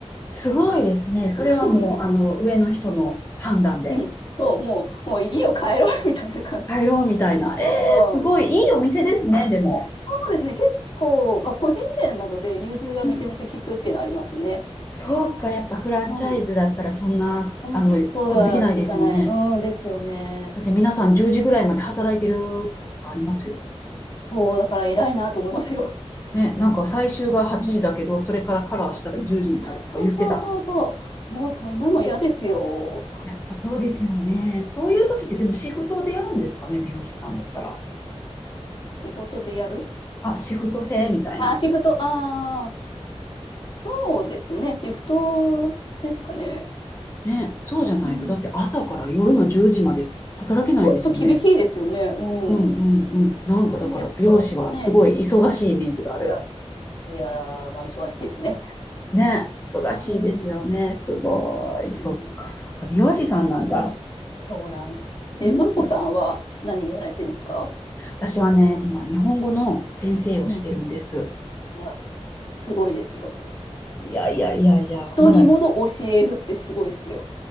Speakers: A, on the left (about 20°); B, on the left (about 45°).
A: すごいですね。それはもう、
B: <laughs>
A: あの、上の人の判断で
B: うん、そう、もう、もういいよ、帰ろう <laughs> みたいな感じで。
A: 帰ろうみたいな。えー、
B: うん、
A: すごいいいお店ですね、でも。
B: そうですね、結構、まあ、個人店なので、融通がめちゃめちゃ効くっていうのはありますね。
A: うんうんそうか、やっぱフランチャイズだったらそんな、
B: うんうんそうはいかない。
A: あの、ことできないですよね。
B: うんですよね。
A: だって皆さん10時ぐらいまで働いてるとことかありますよ。
B: そう、だから偉いなと思いますよ。
A: ね、なんか最終が8時だけど、
B: うん。
A: それからカラーしたら10時になるとか言ってた。
B: そうそうそうそう。もうそんなの嫌ですよ。
A: やっぱそうですよね。そういう時ってでもシフトでやるんですかね、美容師さんだったら。
B: 仕事でやる
A: あ、シフト制みたいな。
B: あ、シフト、ああ、そうですね。シフトですかね。
A: ね、そうじゃないと、
B: うん。
A: だって朝から夜の10時まで働けないですよね。
B: ちょっと厳しいですよね。うん。
A: うんうんうん。なんかだから美容師はすごい忙しいイメージがある。
B: ね、やっぱね。いや、いや、まあ忙しいですね。
A: ね、忙しいですよね。
B: うん。
A: すごい。
B: うん。
A: そっかそっか。美容師さんなんだ。
B: ね、そうなんです。え、
A: うん。
B: まこさんは何やられてるんですか
A: 私はね、今日本語の先生をしてるんです。
B: うん。いや、すごいですよ。
A: いやいやいやいや、
B: 人にものを教えるってすごいですよ。
A: まだね、